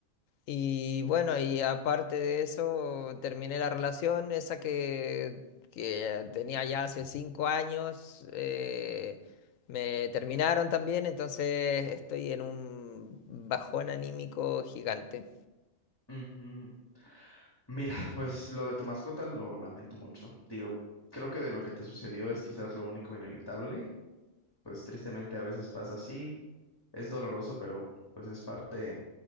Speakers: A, on the left; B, on the left.
A: Y bueno, y aparte de eso, terminé la relación, esa que, que tenía ya hace cinco años. eh, me terminaron también, entonces estoy en un bajón anímico gigante.
B: ujú. Mira, <laughs> pues lo de tu mascota lo lamento mucho. Digo, creo que de lo que te sucedió es quizás lo único inevitable. Pues tristemente a veces pasa así. Es doloroso, pero pues es parte